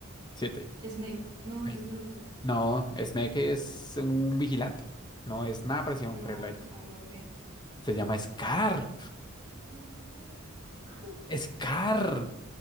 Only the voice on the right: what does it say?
Smake. No,
ese es el otro.
No,
no, no sé.
Ay, madre, <laughs>